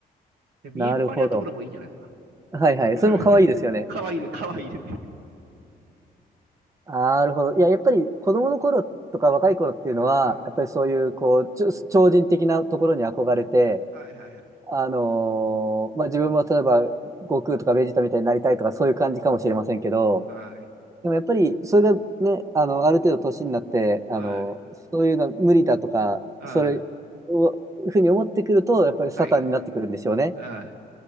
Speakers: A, on the right (about 85°); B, on the right (about 20°).
A: で、見えっ張りなところもいいじゃないですか。
B: なるほど。はいはい。
A: <laughs>
B: それも可愛いですよね。
A: かわいいです、かわいいです。
B: なるほど。いや、やっぱり子供の頃とか若い頃っていうのは、
A: うん。
B: やっぱりそういう、こう、ちょ超人的なところに憧れて、
A: はいはいはい。
B: あのーまあ、自分も例えば、悟空とかベジータみたいになりたいとか、そういう感じかもしれませんけど、
A: はい。
B: でもやっぱりそれがね、あの、ある程度年になって、あの、
A: はい。
B: そういうのは無理だとか、
A: あ
B: それを、ふうに思ってくると、やっぱりサタンになってくるんでしょうね。
A: あ、はい。あ